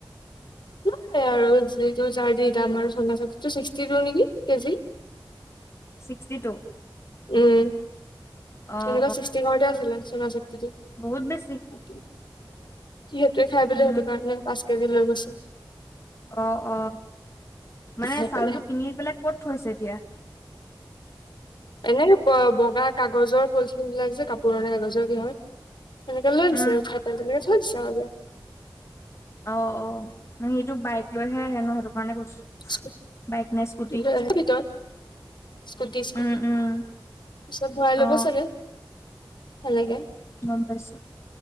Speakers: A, on the left; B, on the left.
A: লয় আৰু যিটো জাৰ দি দাম আৰু চনা শক্তিটো ছিক্সটিটু নেকি কেজি
B: ছিক্সটি টু
A: উম
B: অ
A: তেনেকুৱা
B: অ
A: ছিক্সটি ঘৰতে আছিলে চনা শক্তিটো উম
B: বহুত বেছি
A: সি সেইটোৱে খাই বোলে
B: উম
A: সেইটো কাৰণে পাঁচ কেজি লৈ গৈছে
B: অ অ মানে
A: খাই
B: চাউলটো
A: পেলাই
B: কিনি পেলাই ক'ত থৈছে এতিয়া
A: এনে বগা কাগজৰ পলিথিন বিলাক যে কাপোৰৰে কাগজৰ কি হয় তেনেৰে লৈ আহিছে
B: উম
A: উঠাই পেলাই তেনেকে থৈ দিছে আৰু দিয়া
B: অ অ সেইটো বাইক লৈহে আহে ন সেইটো কাৰণে কৈছো
A: স্কুটি
B: বাইক নে স্কুটি
A: লৈ আহে ভিতৰত স্কুটি স্কুটি।
B: উম উম
A: পিছত ভৰাই ল'ব
B: অ
A: চাগে, সেনেকে
B: গম পাইছোঁ।